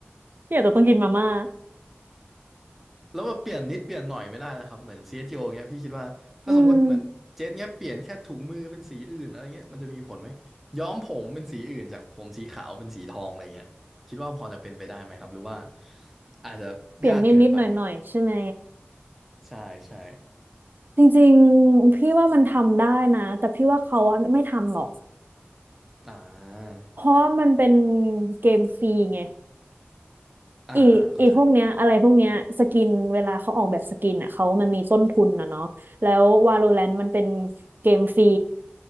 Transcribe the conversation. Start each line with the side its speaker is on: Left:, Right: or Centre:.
Right: พี่อาจจะต้องกินมาม่า
Centre: แล้วมาเปลี่ยนนิดเปลี่ยนหน่อยไม่ได้นะครับเหมือน c s โ o เงี้ยพี่คิดว่าถ้าสมมติเหมือนเจ็ตเงี้ยเปลี่ยนแค่ถุงมือเป็นสีอื่นอะไรเงี้ยมันจะมีผลไหมย้อมผมเป็นสีอื่นจากผมสีขาวเป็นสีทองอะไรเงี้ยคิดว่าพอจะเป็นไปได้ไหมครับหรือว่า
Right: อืม
Centre: อาจจะยากเกินไป
Right: เปลี่ยนนิดนิดหน่อยหน่อยๆใช่ไหม
Centre: ใช่ใช่
Right: จริงๆพี่ว่ามันทำได้นะแต่พี่ว่าเขาอะไม่ทำหรอก
Centre: อ่า
Right: เพราะว่ามันเป็นเกมฟรีไง
Centre: อ่าอ่าเข้าใจ
Right: อีอีพวกเนี้ยอะไรพวกเนี้ยสกินเวลาเขาออกแบบสกินอ่ะเขามันมีต้นทุนนะเนาะแล้ว Valorant มันเป็นเกมฟรี